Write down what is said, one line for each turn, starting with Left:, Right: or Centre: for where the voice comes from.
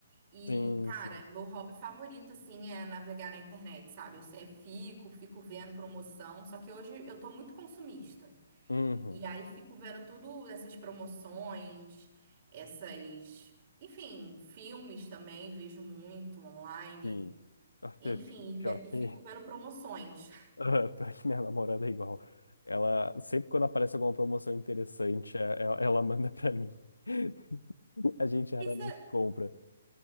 Right: e,
Left: Sim,
Right: cara,
Left: sim.
Right: meu hobby favorito, assim, é navegar na internet, sabe? Eu sempre fico, fico vendo promoção, só que hoje eu tô muito consumista.
Left: Uhum.
Right: E aí fico vendo tudo essas promoções, essas... Enfim, filmes também vejo muito online.
Left: Sim. Ah,
Right: Enfim,
Left: pi- pi-
Right: e, ve-
Left: Pior
Right: e
Left: que.
Right: fico
Left: <laughs>
Right: vendo promoções.
Left: Ah, pior que minha namorada é igual. Ela, sempre quando aparece alguma promoção interessante, é- ela ela manda pra mim. <laughs> A gente raramente
Right: Isso,
Left: compra.